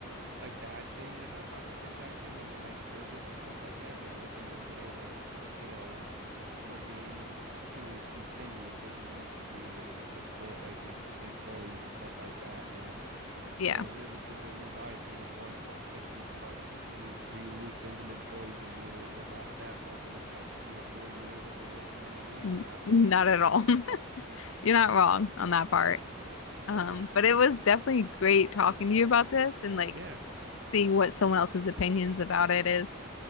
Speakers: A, on the right; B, on the left.
A: a bad thing to have microtransactions and life service and stuff like that. Like at the end of the day, like, you know, eh, for a game to continue, it needs to be able to like support like its employees and stuff like that. And,
B: yeah,
A: you know, realistically, if you buy a game once for like 60 bucks, you do you really think an employee is going to be able to live off that for like the next like, you know, four years that they're working on the game?
B: n-
A: Not
B: not
A: really.
B: at all. <laughs> You're not wrong on that part. Um, but it was definitely great talking to you about this and like
A: Yeah.
B: seeing what someone else's opinions about it is.